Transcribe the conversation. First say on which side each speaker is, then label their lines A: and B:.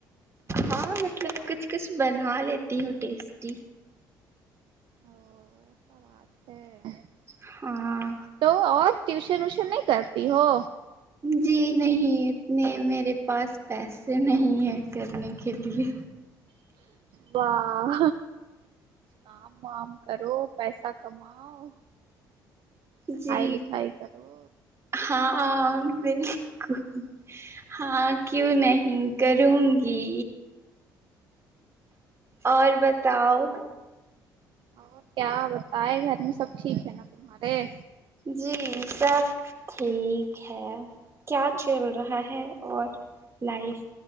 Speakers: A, on the right; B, on the right.
A: ہاں مطلب کچھ کچھ بنا لیتی ہوں ٹیسٹی
B: او <unintelligible>
A: ہاں
B: تو اور ٹیوشن ویشن نہیں کرتی ہو
A: جی نہیں اتنے میرے پاس پیسے نہیں ہیں کرنے کے لیے
B: واہ کام وام کرو پیسہ کماؤ پڑھائی
A: جی
B: لکھائی کرو
A: ہاں بالکل ہاں کیوں نہیں کروں گی اور بتاؤ
B: اور کیا بتائے گھر میں سب ٹھیک ہے نا تمہارے
A: جی سب ٹھیک ہے کیا چل رہا ہے اور لائف